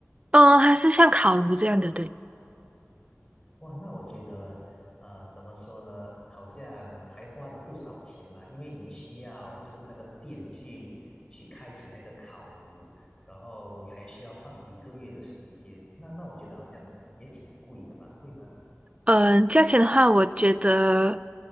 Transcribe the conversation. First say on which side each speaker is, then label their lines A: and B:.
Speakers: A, on the right; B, on the left.
A: 嗯，呃还是像烤炉这样的，对。
B: 哇，那我觉得，呃，怎么说呢？好像还花了不少钱嘛，因为你需要就是那个电去去开启那个烤炉，然后你还需要放一个月的时间。那那我觉得好像也挺贵的吧？会吗？嗯。
A: 嗯，呃价钱的话，我觉得